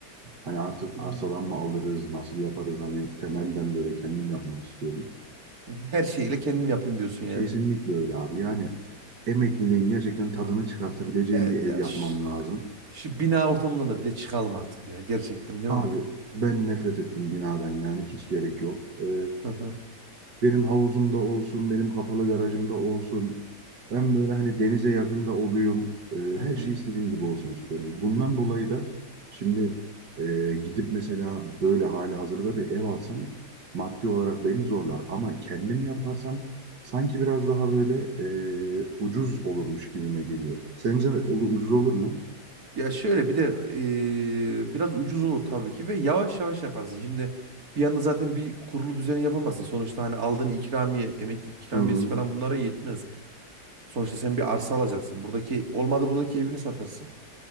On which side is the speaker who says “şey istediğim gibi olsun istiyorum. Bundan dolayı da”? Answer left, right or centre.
Right